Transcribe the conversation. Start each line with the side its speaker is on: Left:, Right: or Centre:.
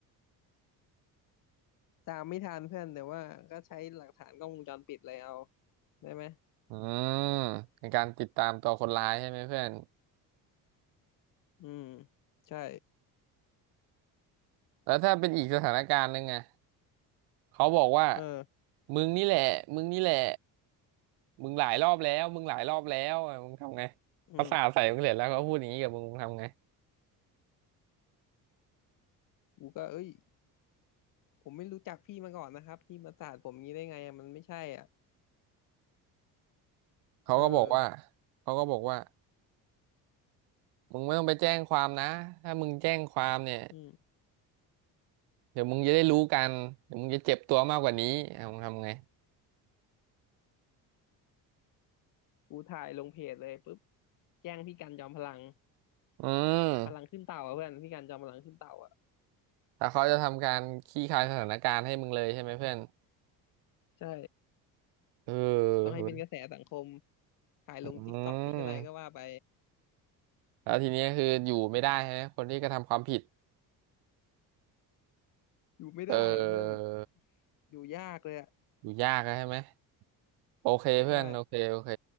Left: ตามไม่ทันเพื่อนแต่ว่าก็ใช้หลักฐานกล้องวงจรปิดเลยเอาได้ไหม
Right: อืมเป็นการติดตามตัวคนร้ายใช่ไหมเพื่อน
Left: อืมใช่
Right: แล้วถ้าเป็นอีกสถานการณ์หนึงอะเขาบอกว่า
Left: เออ
Right: มึงนี่แหละมึงนี่แหละมึงหลายรอบแล้วมึงหลายรอบแล้วอะมึงทำไง
Left: อืม
Right: เขาสาดใส่มึงเสร็จแล้วเขาพูดอย่างนี้กับมึงมึงทำไง
Left: กูก็เอ้ยผมไม่รู้จักพี่มาก่อนนะครับพี่มาสาดผมงี้ได้ไงอะมันไม่ใช่อ่ะ
Right: เขาก็บอกว่า
Left: เออ
Right: เขาก็บอกว่ามึงไม่ต้องไปแจ้งความนะถ้ามึงแจ้งความเนี่ย
Left: อืม
Right: เดี๋ยวมึงจะได้รู้กันเดี๋ยวมึงจะเจ็บตัวมากกว่านี้อ่ะมึงทำไง
Left: กูถ่ายลงเพจเลยปุ๊บแจ้งพี่กันจอมพลัง
Right: อืม
Left: พลังขึ้นเต่าอะเพื่อนพี่กันจอมพลังขึ้นเต่าอ่ะ
Right: แต่เขาจะทำการคลี่คลายสถานการณ์ให้มึงเลยใช่ไหมเพื่อน
Left: ใช่
Right: เออ
Left: ต้องให้เป็นกระแสสังคม
Right: เฮ้ย
Left: ถ่ายลงติ๊กต็อกติ๊กอะไรก็ว่าไป
Right: อืมแล้วทีนี้คืออยู่ไม่ได้ใช่ไหม คนที่กระทำความผิด
Left: อยู่ไม่ได้อะเพื่อน
Right: เออ
Left: อยู่ยากเลยอะ
Right: อยู่ยากอะใช่ไหมโอเคเพื่อนโอเคโอเค
Left: ใช่